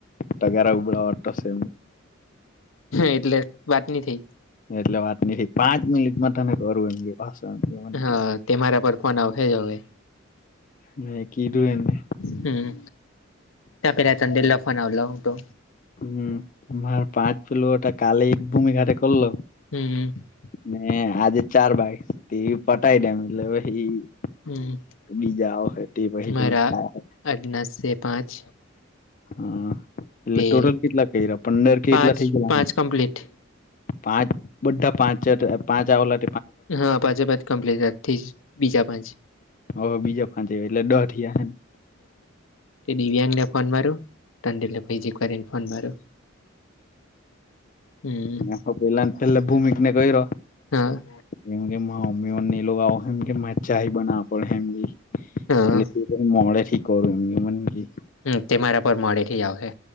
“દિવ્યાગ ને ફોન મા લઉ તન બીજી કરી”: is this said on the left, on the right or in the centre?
Left